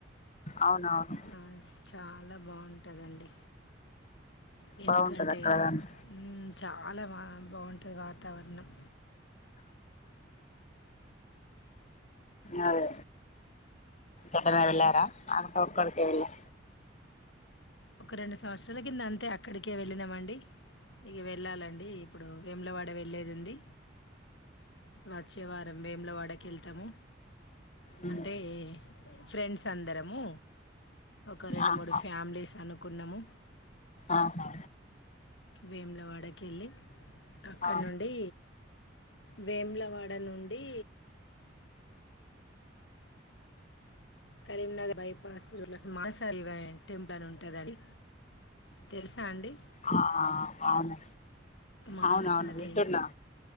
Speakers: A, on the left; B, on the left.
A: అవునవును
B: అవును చాలా బాగున్ ఉంటదండి వెనకంటే
A: బాగుంటది అక్కడదంత
B: ఉమ్ చాలా బా బాగుంటుది తవర్ణం
A: అదే ఎక్కడైనా వెళ్ళార అక్కడే వెళ్లార
B: ఒక రెండు సంవత్సరాల కింద అంతే అక్కడికే వెళ్ళినామండి ఇక వెళ్ళాలండి ఇప్పుడు వేములవాడ వెళ్లేది ఉంది వచ్చే వారం వేములవాడకి వెళ్తాము
A: ఉమ్
B: అంటే ఫ్రెండ్స్ అందరము ఒక రెండు
A: ఆహా
B: మూడు ఫ్యామిలీస్ అనుకున్నాము
A: ఆహా
B: వేములవాడకి వెళ్ళి అక్కడ
A: ఆ
B: నుండి వేములవాడ నుండి కరీంనగర్ బైపాస్ చోట మానస దేవి టెంపుల్ అని ఉంటుందండి తెలుసా అండి.
A: ఆ అవును
B: మానసదేవి
A: అవునవును వింటున్నా